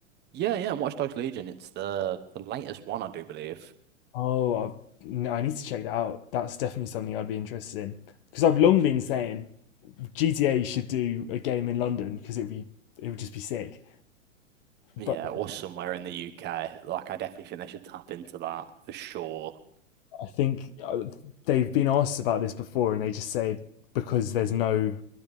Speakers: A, on the right (about 25°); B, on the left (about 45°).
A: Yeah, yeah, Watch Dogs Legion. It's the the latest one, I do believe.
B: Oh, I've, no, I need to check that out. That's definitely something I'd be interested in because I've long been saying GTA should do a game in London because it would be it would just be sick.
A: Yeah,
B: But
A: or somewhere in the UK. Like, I definitely think they should tap into that for sure.
B: I think uh, they've been asked about this before, and they just say because there's no